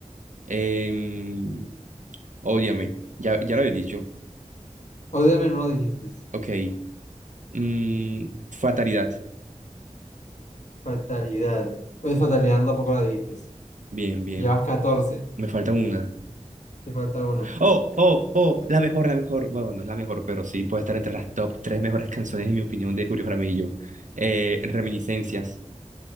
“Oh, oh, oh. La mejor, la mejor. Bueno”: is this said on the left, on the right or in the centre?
Right